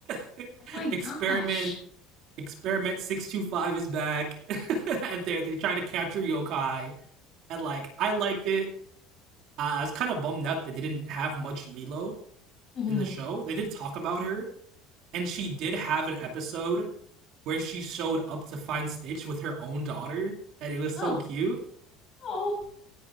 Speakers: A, on the right; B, on the left.
A: <laughs>
B: Oh my gosh.
A: Experiment Experiment Six Two Five is back, <laughs> and they're they're trying to capture yokai. And like, I liked it. Uh, I was kind of bummed out they didn't have much Lilo
B: hmm
A: in the show. They did talk about her, and she did have an episode where she showed up to find Stitch with her own daughter, and it was
B: Oh,
A: so cute.
B: oh.